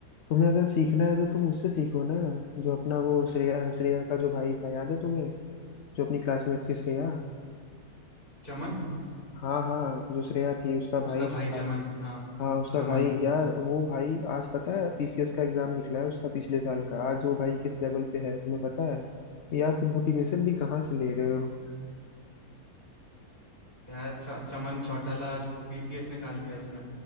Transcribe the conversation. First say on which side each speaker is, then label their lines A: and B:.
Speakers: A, on the left; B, on the left.
A: तुम्हें अगर सीखना है तो तुम उससे सीखो ना जो अपना वो श्रेया श्रेया का जो भाई था याद है तुम्हें जो अपनी क्लासमेट थी श्रेया
B: चमन
A: हाँ हाँ जो श्रेया थी उसका भाई
B: उसका भाई
A: जो था
B: चमन हाँ
A: हाँ उसका
B: चमन
A: भाई यार वो भाई आज पता है पीसीएस का एग्जाम निकला है उसका पिछले साल का आज वो भाई किस लेवल पे है तुम्हें पता है यार तुम मोटिवेशन भी कहाँ से ले रहे हो
B: यार च, चमन चौटाला आज वो पीसीएस निकाल दिया उसने